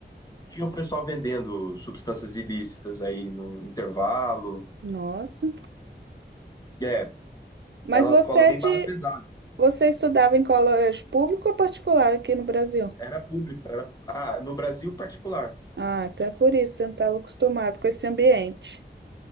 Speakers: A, on the left; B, on the right.
A: Tinha o pessoal vendendo substâncias ilícitas aí no intervalo.
B: Nossa.
A: E É,
B: Mas
A: era uma
B: você
A: escola
B: é
A: bem
B: de,
A: barra pesada.
B: você estudava em colégio público ou particular aqui no Brasil?
A: Era pública, era. Ah, no Brasil particular.
B: Ah, então é por isso que você não estava acostumado com esse ambiente.